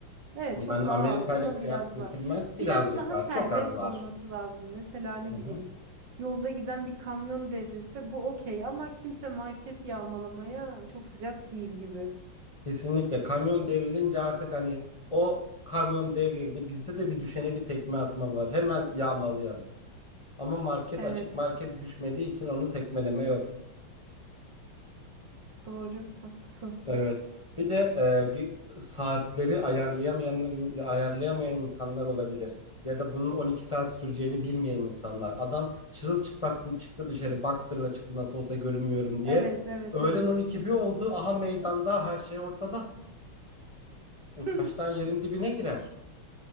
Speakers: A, on the right; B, on the left.
A: Evet
B: Yani
A: çok daha
B: Amerika
A: az ama
B: ile kıyas
A: biraz
B: götürmez.
A: var.
B: Birazcık
A: Biraz daha
B: var.
A: serbest
B: Çok az var.
A: olması lazım. Mesela ne
B: Hı hı.
A: bileyim yolda giden bir kamyon devrilse bu okey ama kimse market yağmalamaya çok sıcak değil gibi.
B: Kesinlikle kamyon devrilince artık hani o kamyon devrildi. Bizde de bir düşene bir tekme atma var. Hemen yağmalayalım. Ama market
A: Evet
B: açık market düşmediği için onu tekmeleme yok.
A: doğru haklısın.
B: Evet. Bir de e, ge- saatleri ayarlayamayanlar ayarlayamayan insanlar olabilir. Ya da bunun 12 saat süreceğini bilmeyen insanlar. Adam çırılçıplak çıktı dışarı boxer'la çıktı nasıl olsa görünmüyorum diye.
A: Evet evet
B: Öğlen
A: evet.
B: 12 bir oldu. Aha meydanda her şey ortada. Utançtan
A: <laughs>
B: yerin dibine girer.